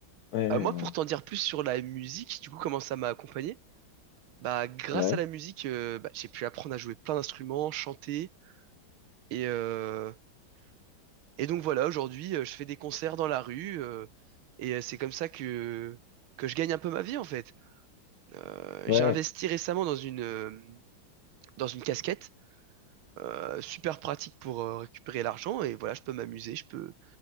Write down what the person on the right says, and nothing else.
Euh, moi, pour
t'en dire plus sur la musique, du coup, comment ça m'a accompagné? Bah, grâce
à la musique, euh, bah, j'ai pu apprendre à jouer plein d'instruments, chanter, et euh, et donc voilà, aujourd'hui, euh, je fais des concerts dans la rue, euh, et euh, c'est comme ça que que je gagne un peu ma vie en fait. Euh,
j'ai
investi récemment dans une, euh, dans une casquette, euh, super pratique pour euh, récupérer l'argent et voilà, je peux m'amuser, je peux,